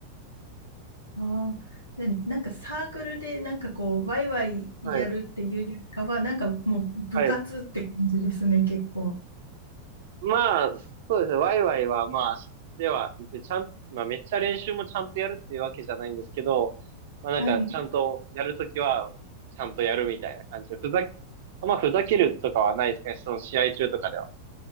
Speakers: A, on the left (about 85°); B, on the right (about 55°).
A: ああ、で、なんかサークルでなんかこう、ワイワイやるっていうよりかは、
B: はい。
A: なんかもう部活って感じですね、
B: はい。
A: 結構。
B: まあ、そうですね。ワイワイは、まあ、ではいて、ちゃん、まあ、めっちゃ練習もちゃんとやるっていうわけじゃないんですけど、まあ、なんか、
A: はい。
B: ちゃんとやるときは、ちゃんとやるみたいな感じで、ふざけ、まあ、ふざけるとかはないですね。その試合中とかでは。